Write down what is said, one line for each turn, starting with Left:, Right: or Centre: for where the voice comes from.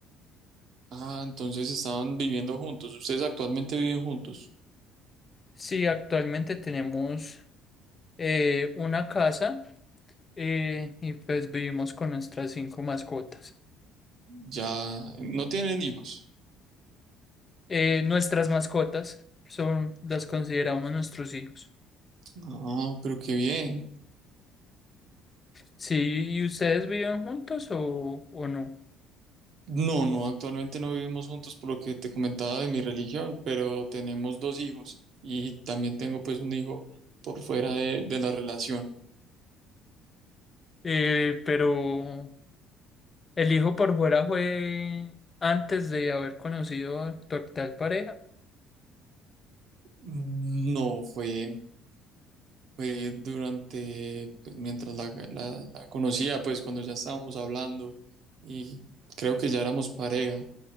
Right: Ah, entonces estaban viviendo juntos. Ustedes actualmente viven juntos.
Left: Sí, actualmente tenemos eh, una casa eh, y pues vivimos con nuestras cinco mascotas.
Right: Ya no tienen hijos.
Left: Eh, nuestras mascotas son, las consideramos nuestros hijos.
Right: Ah, pero qué bien.
Left: Sí, ¿y ustedes viven juntos o, o no?
Right: No, no, actualmente no vivimos juntos por lo que te comentaba de mi religión, pero tenemos dos hijos y también tengo pues un hijo por fuera de, de la relación.
Left: Eh, pero el hijo por fuera fue antes de haber conocido a tu actual pareja.
Right: No, fue, fue durante, pues, mientras la, la la conocía, pues cuando ya estábamos hablando y creo que ya éramos pareja.